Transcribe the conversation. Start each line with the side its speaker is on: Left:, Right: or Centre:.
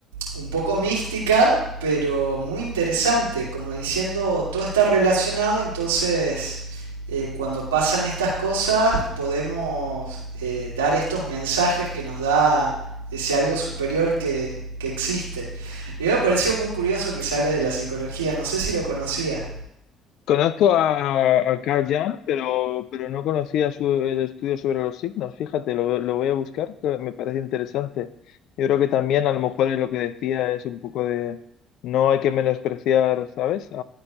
Right: un poco mística, pero muy interesante, como diciendo todo está relacionado, entonces eh, cuando pasan estas cosas podemos eh, dar estos mensajes que nos da ese algo superior que, que existe. Y me pareció muy curioso que sale de la psicología, no sé si lo conocías.
Left: Conozco a, a Carl Jung, pero, pero no conocía su, el estudio sobre los signos. Fíjate, lo, lo voy a buscar, que me parece interesante. Yo creo que también a lo mejor es lo que decía es un poco de no hay que menospreciar, ¿sabes? A,